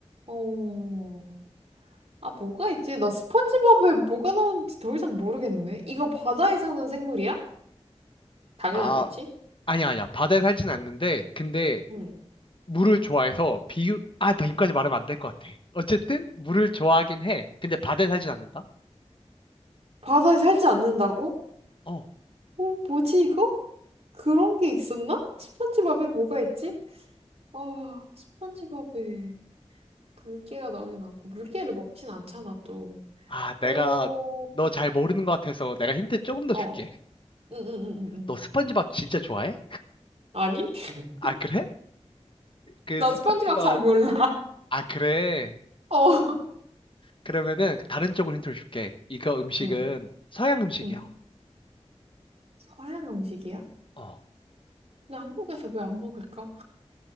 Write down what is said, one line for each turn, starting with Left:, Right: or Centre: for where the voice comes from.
Right: 어. 아, 뭐가 있지? 나 스펀지밥에 뭐가 나오는지 더 이상 모르겠네. 이거 바다에 사는 생물이야? 당연하겠지?
Left: 아, 아니야, 아니야. 바다에 살진 않는데, 근데
Right: 응.
Left: 물을 좋아해서 비유, 아, 나 이까지 말하면 안 될 것 같아. 어쨌든 물을 좋아하긴 해. 근데 바다에 살진 않는다?
Right: 바다에 살지 않는다고?
Left: 어.
Right: 어, 뭐지 이거? 그런 게 있었나? 스펀지밥에 뭐가 있지? 아, 스펀지밥에 물개가 나오진 않고 물개를 먹진 않잖아 또.
Left: 아, 내가
Right: 어,
Left: 너 잘 모르는 것 같아서 내가 힌트 조금 더
Right: 어,
Left: 줄게.
Right: 응응응응.
Left: 너 스펀지밥 진짜 좋아해?
Right: 아니? <laughs>
Left: 아, 그래? 그
Right: 나
Left: 스펀지밥.
Right: 스펀지밥 잘 몰라.
Left: 아, 그래.
Right: <laughs> 어.
Left: 그러면은 다른 쪽으로 힌트를 줄게. 이거 음식은
Right: 응.
Left: 서양 음식이야.
Right: 응. 서양 음식이야?
Left: 어.
Right: 근데 한국에서 왜 안 먹을까?